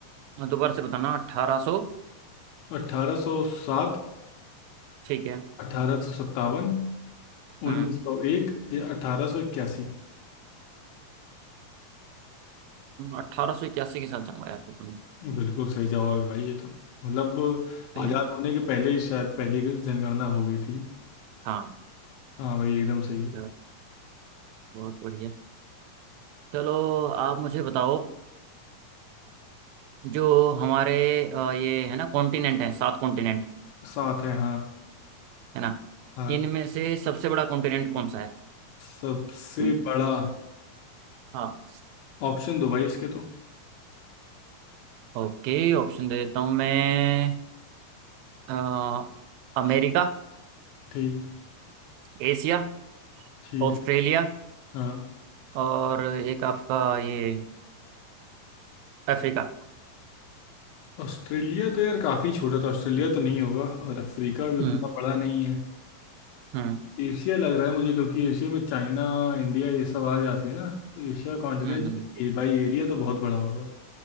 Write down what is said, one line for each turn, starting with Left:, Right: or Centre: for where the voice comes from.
Right: दोबारा से बताना 1800
Left: अठारह सौ सात
Right: ठीक है
Left: अठारह सौ सत्तावन
Right: हम्म
Left: उन्नीस सौ एक या अठारह सौ इक्यासी
Right: अठारह सौ इक्यासी के साथ जन्माया था तुमने
Left: बिल्कुल सही जवाब है भाई ये तो मतलब
Right: सही
Left: आज़ाद
Right: है ना?
Left: होने के पहले ही शायद पहली की जनगणना हो गई थी
Right: हाँ
Left: हाँ भाई एकदम सही है
Right: चलो, बहुत बढ़िया चलो आप मुझे बताओ जो हमारे अ, ये है ना कॉन्टिनेंट है सात कॉन्टिनेंट
Left: साथ है हाँ
Right: है ना
Left: हाँ
Right: इनमें से सबसे बड़ा कॉन्टिनेंट कौन सा
Left: सबसे
Right: है
Left: बड़ा
Right: हाँ
Left: ऑप्शन दो भाई इसके तो
Right: ओके ऑप्शन दे देता हूँ मैं अ, अमेरिका
Left: ठीक
Right: एशिया
Left: ठीक
Right: ऑस्ट्रेलिया
Left: है हाँ
Right: और एक आपका ये अफ्रीका
Left: ऑस्ट्रेलिया तो यार काफ़ी छोटा था ऑस्ट्रेलिया तो नहीं होगा और अफ्रीका भी उतना
Right: हम्म
Left: बड़ा नहीं है
Right: हम्म
Left: एशिया लग रहा है मुझे क्योंकि एशिया में चाइना इंडिया ये सब आ जाते हैं ना तो Asia continent
Right: हम्म हम्म।
Left: a by area तो बहुत बड़ा होगा